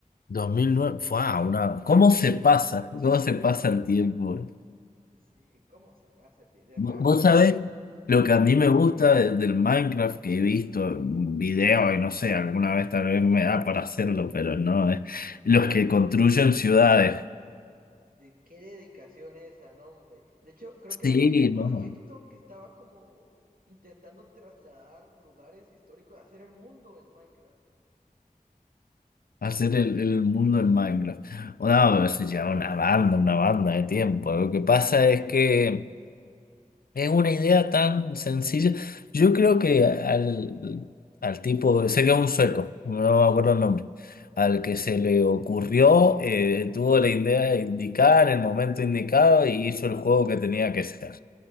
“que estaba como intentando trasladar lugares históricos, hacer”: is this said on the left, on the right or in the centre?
Right